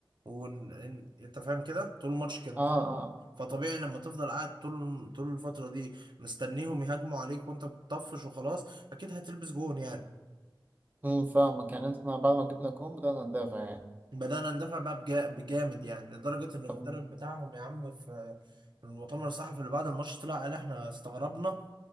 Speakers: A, on the right (about 65°); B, on the right (about 20°).
A: ون... إن- انت فاهم كده طول الماتش كده
B: اه اه
A: فطبيعي لما تفضل قاعد طول طول الفتره دي مستنيهم يهاجموا عليك وانت بتطفش وخلاص اكيد هتلبس جون يعني
B: امم فاهمك يعني انت بعد ما جبنا جون بدأنا ندافع يعني
A: بدأنا ندافع بقى بجا- بجامد يعني لدرجة إن المدرب
B: طب
A: بتاعهم يا عم في في المؤتمر الصحفي اللي بعد الماتش طلع قال إحنا استغربنا